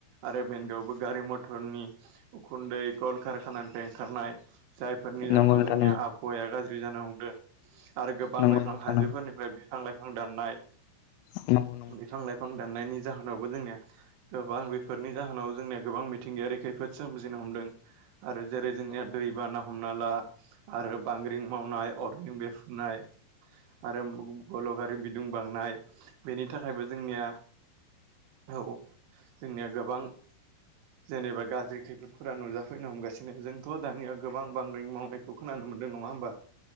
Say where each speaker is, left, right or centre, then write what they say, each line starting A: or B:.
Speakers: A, on the right; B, on the left.
A: आरो बेनगावबो गारि मथरनि उखुन्दै कल कारखानानिफ्राय ओंखारनाय जायफोरनि जाहोनाव
B: नंगौ नोंथां
A: जोंनिया
B: नंगौ
A: आबहावाया गाज्रि जानो हमदों। आरो गोबां
B: नंगौ
A: लाइफां
B: नोंथां
A: हाजोफोरनिफ्राय
B: नंगौ
A: बिफां लाइफां दाननाय
B: नंगौ औ नंगौ नोंथां नंगौ
A: बिफां लाइफां दाननायनि जाहोनावबो जोंनिया गोबां बेफोरनि जाहोनाव जोंनिया गोबां मिथिंगायारि खैफोद सोमजिनो हमदों आरो जेरै-
B: नंगौ
A: जोंनिया दैबाना हमना ला आरो बांग्रिं मावनाय अरगें बेफुनाय आरो बुम-गलगारि बिदुं बांनाय बेनि थाखायबो जोंनिया औ जोंनिया गोबां जेनेबा गाज्रि खैफोदफोरा नुजाफैनो हमगासि नो गोबां बांग्रिं मावनायखौ खोनानो मोनदों नङा होमबा